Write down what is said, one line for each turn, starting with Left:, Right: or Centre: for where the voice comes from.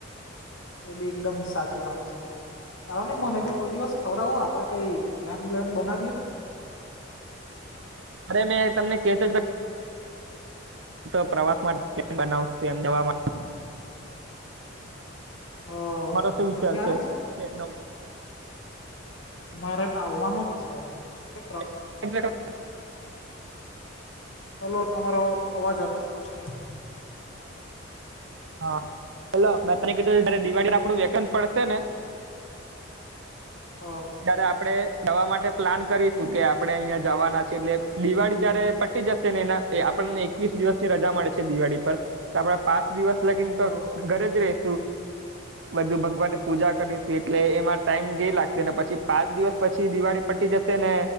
Left: એ બી એકદમ સાચી વાત છે ચાલો ને મને
Right: હા.
Left: બી કોઈ દિવસ ખવરાવો આવો આપ આપણે કઈ પ્લાન બ્લાન બનાવીએ
Right: અરે મેં તમને કેતો તો <unintelligible> પ્રવાસ માટે બનાવશું એમ જવા
Left: હ
Right: મારો શું વિચાર
Left: તો ક્યારે
Right: છે એનો
Left: મારે તો આવવાનું જ છે કે એ
Right: <unintelligible>
Left: હલો તમારો અ અવાજ અટકતો છે.
Right: હા હલો મેં તને કીધું જયારે દિવાળી આપડું વેકન પડશે ને
Left: હા.
Right: ત્યારે આપણે જવા માટે પ્લાન કરીશું કે આપડે અહિયાં જાવાના છીએ એટલે દિવાળી જયારે પટી જશે ને એના એ આપણને એકવીસ દિવસ ની રજા મળે છે દિવાળી પર આપડા પાસ દિવસ લગીને
Left: હ હ
Right: તો ઘરે જ રહીશું બધું ભગવાનની પૂજા કરીશ એટલે એમાં ટાઈમ <unintelligible> લાગશે ને પછી પાંચ દિવસ પછી દિવાળી પટી જશે ને